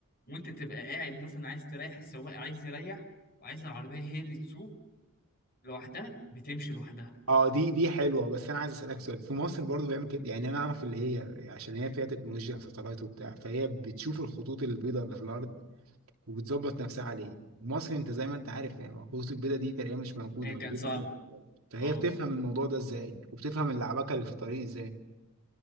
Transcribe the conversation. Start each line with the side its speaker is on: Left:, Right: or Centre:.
Left: وانت تبقى قاعد مثلا عايز تريح السواق عايز يريح وعايز العربية هي اللي تسوق لوحدها بتمشي لوحدها
Right: اه دي دي حلوه بس انا عايز اسالك سؤال في مصر برضو بيعمل كده يعني انا اعرف اللي هي عشان هي فيها تكنولوجيا وساتلايت وبتاع فهي بتشوف الخطوط البيضاء اللي في الارض وبتظبط نفسها عليه مصر انت زي ما انت عارف يعني خطوط البيضاء دي تقريبا مش موجوده
Left: هي كانت
Right: موجوده
Left: صعبة
Right: اما موبايل فهي
Left: اه
Right: بتفهم الموضوع ده ازاي وبتفهم اللعبكه اللي في الطريق ازاي